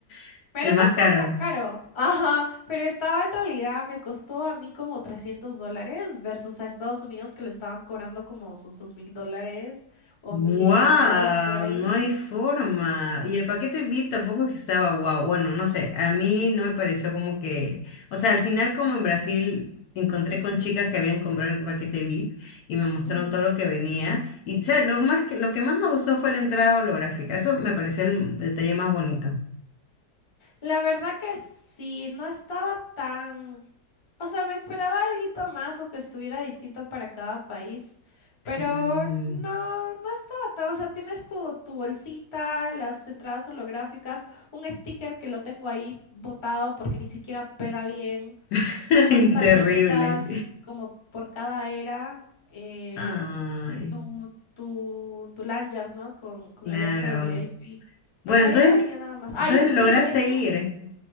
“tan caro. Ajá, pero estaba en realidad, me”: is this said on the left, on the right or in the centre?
Left